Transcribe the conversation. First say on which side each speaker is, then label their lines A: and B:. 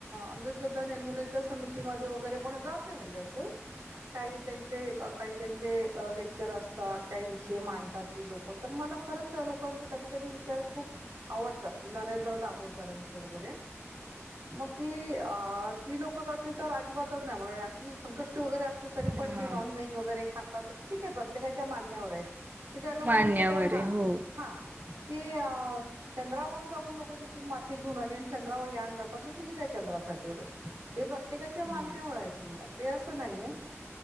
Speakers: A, on the right (about 85°); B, on the right (about 40°).
A: -अंधश्रद्धा निर्मूलेच्या समितीमध्ये वगैरे पण जाते म्हणजे असं काही त्यांचे अ.. काही त्यांचे अ लेक्चर असतात. काही विषय मांडतात. ती लोक तर मला खरंच त्या लोकांचे कधी कधी विचार खूप आवडतात. नरेंद्र दाभोळकरांचं वगैरे मग ती अ ती लोक करतील तर अजिबातच नाही म्हणून अगदी संकष्टी वगैरे असं- - पण
B: हा
A: ते नॉन व्हेज वगैरे खातात ठीक हाय पण -- प्रत्येकाच्या मानण्यावर हाय कि त्या लोकांचं
B: मान्यवर
A: काय हा-हा.
B: आहे हो
A: कि चंद्रावर जाऊन लोक तिथून माती घेऊन आली आणि चंद्रावर यान जातात ना तुम्ही त्या चंद्राचं <unintelligible> ते प्रत्येकाच्या मान्यवर
B: येस
A: आहे समजा ते असं नाहीये.